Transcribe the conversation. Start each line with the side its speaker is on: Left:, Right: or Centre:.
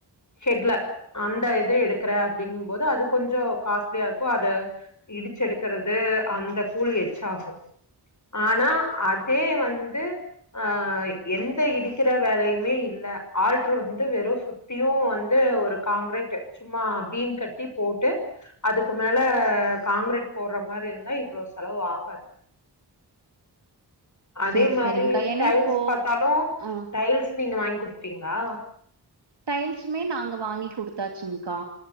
Left: ஹெட்ல அந்த இத எடுக்குற அப்டிங்கும்போது அது கொஞ்சோ காஸ்ட்லியா இருக்கு அத இடிச்சு எடுக்குறது அந்த ஃபூழ் எக்ஸாகு ஆனா அதே வந்து ஆ எந்த இடிக்கிற வேலையுமே இல்ல ஆல்ட்ரு வந்து வெறு சுத்தியு வந் து ஒரு காங்குரேட்டு சும்மா பீம் கட்டி போட்டு அதுக்கு மேல காங்குரேட் போட்ற மாரி இருந்தா இவுளோ செலவு ஆகாது அதே
Right: சேரி
Left: மாரி
Right: சேரிங்க்கா ஏன்னா
Left: டைல்ஸ்
Right: இப்போ
Left: பாத்தாலு
Right: ஆ
Left: டைல்ஸ் நீங்க வாங்கி குடுத்துட்டீங்ளா
Right: டைல்ஸுமே நாங்க வாங்கி குடுத்தாச்சுங்க்கா